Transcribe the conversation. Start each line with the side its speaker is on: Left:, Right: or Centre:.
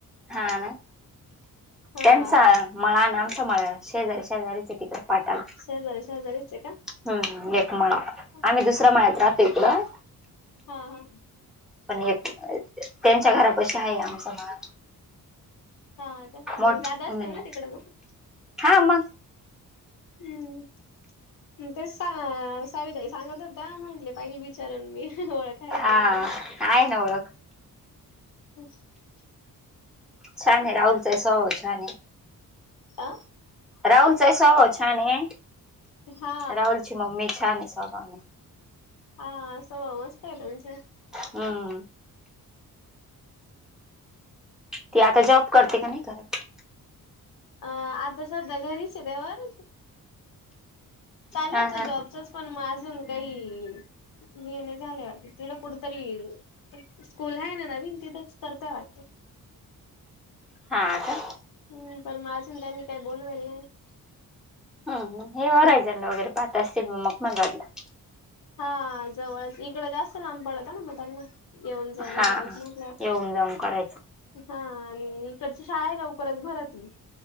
Centre: हा ना
Left: हा
Centre: त्यांचा नम आणा सांभाळाला शेजारी शेजारीच तिकडे पाठाला
Left: शेजारी शेजारीच का
Centre: हम् एक मळा
Left: हा
Centre: आम्ही दुसऱ्या मळ्यात राहतो इकडं
Left: हा हा
Centre: पण एक त्यांच्या घरापाशी आहे आमचा मळा
Left: हा का
Centre: मोठ
Left: जादा असतील
Centre: हम्म
Left: ना तिकडं मग?
Centre: हा मग
Left: हुं तेच सावी ताई सांगत हो का म्हटले पहिली विचारन मी ओळख आहे
Centre: हा
Left: का नाही.
Centre: आहे ना ओळख
Left: <unintelligible>
Centre: छान हे राहुलचा ही स्वभाव छान आहे.
Left: आ
Centre: राहुलचाही स्वभाव छान आहे,
Left: हा
Centre: राहुलची मम्मी छान आहे स्वभाव आहे.
Left: हा स्वभाव मस्त आहे त्यांचा
Centre: हुं ती आता जॉब करते की नाही करत?
Left: अ आता सध्या घरीच आहे देवर चालू
Centre: हा
Left: होत
Centre: हा
Left: जॉबचच पण अजून काही मिळेना झालंय वाटतं तिकडं कुठं तरी येईल स्कूल हाय ना नवीन तिथेच करते वाटते.
Centre: हा आता
Left: हुं पण अजून त्यांनी काही बोलवायलं नाही.
Centre: हुं हे रायजण वगैरे पाहत असतील मग मग मंगदला
Left: हा जवळच इगडं जास्त लांब पडतं ना मग त्यांना येऊन जाऊन
Centre: हा
Left: करायची म्हटल्यावर
Centre: येऊन जाऊन करायचं
Left: हा आणि इकडची शाळा लवकरच भरती